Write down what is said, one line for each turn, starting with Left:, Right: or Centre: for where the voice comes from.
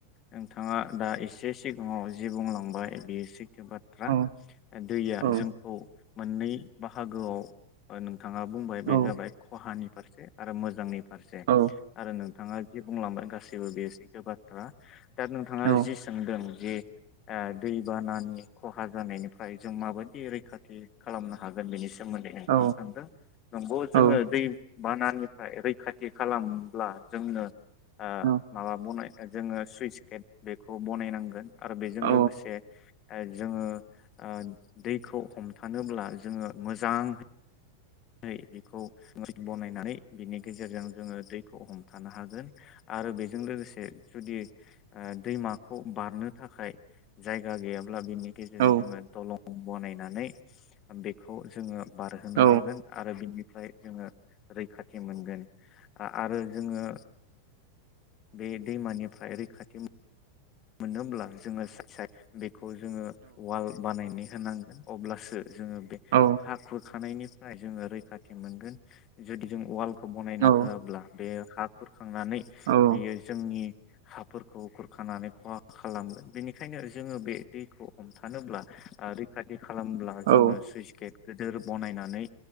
Left: नोंथाङा दा एसे सिगाङाव जि बुंलांबाय बेयो सै बाथ्रा
Right: औ
Left: दैया
Right: औ
Left: जोंखौ मोननै बाहागोआव ओन थाङा बुंबाय
Right: औ
Left: बे जाबाय खहानि फारसे आरो मोजाङै फारसे
Right: औ
Left: आरो नोंथाङा जि बुंलांबाय गासि बो बेस थो बाथ्रा दा नोंथाङा
Right: औ
Left: जि सोंदों जे ओ दैबानानि खहा जानायनिफ्राय जों माबायदि रैखाथि खालामनो हागोन बेनि सो मोन्दै नोंथाङा
Right: औ
Left: सानदों नंगौ जोङो
Right: औ
Left: दै बानानिफ्राय रैखाथि खालामब्ला जोंनो ओ
Right: औ
Left: <unintelligible> जोङो सुइस गेट बेखौ बनायनांगोन। आरो बेजों
Right: औ
Left: लोगोसे ओ जोङो ओ दैखौ हमथानोब्ला जोङो मोजां यै बेखौ बनायनानै बिनि गेजेरजों जोङो दै खौ हमथानो हागोन आरो बेजों लोगोसे जुदि ओ दैमाखौ बारनो थाखाय जायगा गैया ब्ला बिनि गेजेरजों
Right: औ
Left: जोङो दलं बनायनानै बेखौ जोङो बारहोनो
Right: औ
Left: हागोन। आरो बिनिफ्राय जोङो रैखाथि मोनगोन आ-आरो जोङो बे दैमानिफ्राय रैखाथि मोनोब्ला जोङो सायथ सायथ बे खौ जोङो वाल बानायनायनि होनांगोन अब्लासो जोङो बे
Right: औ
Left: हा खुरखानायनि फ्राय जोङो रैखाथि मोनगोन। जुदि जों वाल खौ बनायना
Right: औ
Left: होआब्ला बे हा खुर खांनानै
Right: औ
Left: बियो जोंनि हाफोरखौ खुरखानानै खहा खालामगोन बेनिखायनो जोङो बे दैखौ हमथानोब्ला आरो खाथि खालामब्ला जोङो
Right: औ
Left: सुइस गेट गिदिर बनायनानै